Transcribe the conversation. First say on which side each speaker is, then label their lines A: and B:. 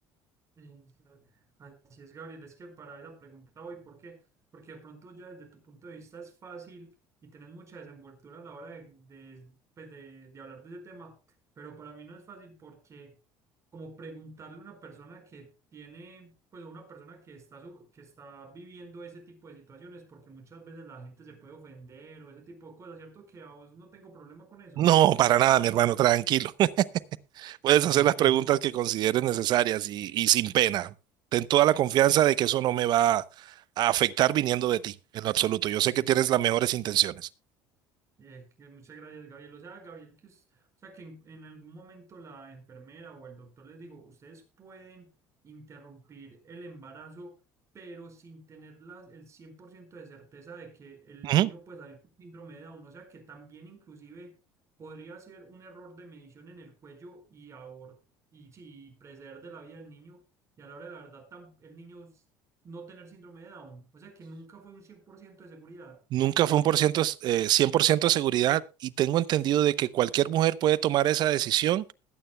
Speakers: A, on the right; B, on the right.
A: Exacto. Así es, Gabriel, es que para esa pregunta voy, ¿por qué? Porque de pronto ya desde tu punto de vista es fácil y tenés mucha desenvoltura a la hora de, de, pues, de- de hablar de ese tema, pero para mí no es fácil porque como preguntarle a una persona que tiene, pues a una persona que está, su- que está viviendo ese tipo de situaciones, porque muchas veces la gente se puede ofender o ese tipo de cosas, ¿cierto? Que a vos no tengo problema con eso.
B: No, para nada, mi hermano, tranquilo. <laughs> Puedes
A: Ah,
B: hacer las
A: perfecto.
B: preguntas que consideres necesarias y, y sin pena. Ten toda la confianza de que eso no me va a afectar viniendo de ti, en lo absoluto. Yo
A: Listo.
B: sé que tienes las mejores intenciones.
A: Eh, que muchas gracias, Gabriel. O sea, Gabriel, que, us- o sea, que en, en algún momento la enfermera o el doctor les dijo, ustedes pueden interrumpir el embarazo, pero sin tener las- el 100% de certeza de que el
B: Ujú.
A: niño puede salir con síndrome de Down. O sea, que también inclusive podría ser un error de medición en el cuello y, abor- y sí, preceder de la vida del niño. Y a la hora de la verdad, tam- el niño s- no tener síndrome de Down. O sea, que nunca fue un 100% de seguridad.
B: Nunca fue un por ciento, eh, 100% de seguridad y tengo entendido de que cualquier mujer puede tomar esa decisión